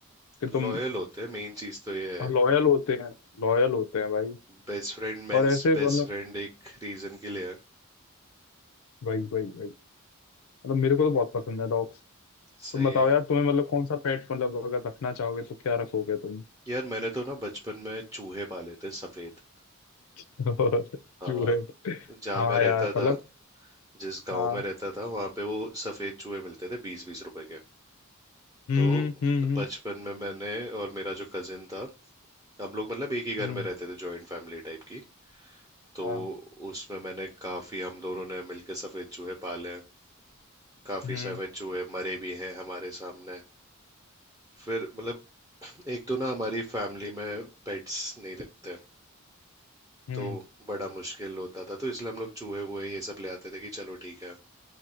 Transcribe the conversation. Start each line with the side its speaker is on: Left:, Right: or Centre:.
Left: कि तुम
Right: लॉयल होते हैं मेन चीज तो ये है
Left: लॉयल होते हैं लॉयल होते हैं भाई
Right: Best friend men's
Left: और ऐसे
Right: best
Left: मतलब
Right: friend एक रीजन के लिए है
Left: भाई भाई भाई मतलब मेरे को तो बहुत पसंद है डॉग्स
Right: सही
Left: तुम बताओ
Right: है
Left: यार तुम्हें मतलब कौन सा पेट मतलब अगर रखना चाहोगे तो क्या रखोगे तुम
Right: यार मैंने तो ना बचपन में चूहे पाले थे सफेद
Left: <laughs> और
Right: हाँ
Left: चूहे
Right: जहाँ
Left: हाँ
Right: मैं रहता
Left: यार मतलब
Right: था जिस गांव
Left: हाँ
Right: में रहता था वहां पे वो सफेद चूहे मिलते थे बीस बीस रुपए के
Left: हम्म
Right: तो
Left: हम्म हम्म
Right: बचपन में मैंने और मेरा जो कजिन था हम लोग मतलब एक ही घर
Left: हम्म
Right: में रहते थे जॉइंट फैमिली टाइप की तो
Left: हाँ
Right: उसमें मैंने काफी हम दोनों ने मिलके सफेद चूहे पाले हैं काफी
Left: हम्म
Right: सफेद चूहे मरे भी हैं हमारे सामने फिर मतलब एक तो ना हमारी फैमिली में पेट्स नहीं रखते
Left: हम्म
Right: तो बड़ा मुश्किल होता था तो इसलिए हम लोग चूहे वूहे ये सब ले आते थे कि चलो ठीक है